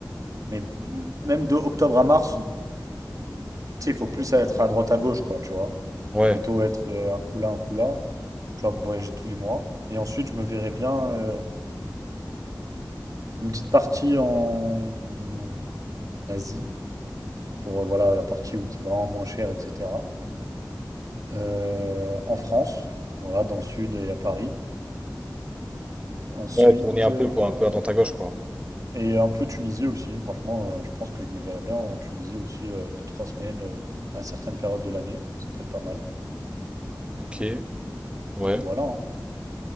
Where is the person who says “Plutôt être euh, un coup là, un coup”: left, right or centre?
Right